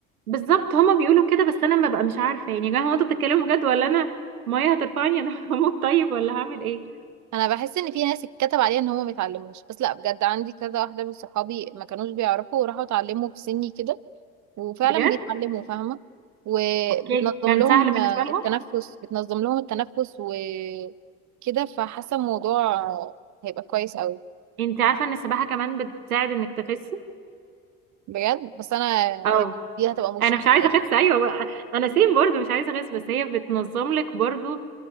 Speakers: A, on the right (about 80°); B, on the right (about 40°).
A: بالظبط هما بيقولوا كده بس انا ببقى مش عارفه يعني يا جماعه هو انتوا بتتكلموا بجد ولا انا ميه هترفعني انا <laughs> هموت طيب ولا هعمل ايه
B: انا بحس ان في ناس اتكتب عليها ان هم متعلموش بس لا بجد عندي كذا واحدة من صحابي ما كانوش بيعرفوا وراحوا اتعلموا في سني كده وفعلا
A: بجد
B: بيتعلموا فاهمة وبتنظم
A: اوكي كان
B: لهم
A: سهل بالنسبه
B: آه،
A: لهم
B: التنفس بتنظم لهم التنفس وكده فحاسة الموضوع هيبقى كويس قوي
A: انت عارفه ان السباحه كمان بتساعد انك تخسي
B: بجد بس انا يعني
A: او
B: دي هتبقى مشكلة
A: انا مش عايزه
B: لأن
A: اخس ايوه بقى انا سيم برضو مش عايزه اخس بس هي بتنظم لك برضو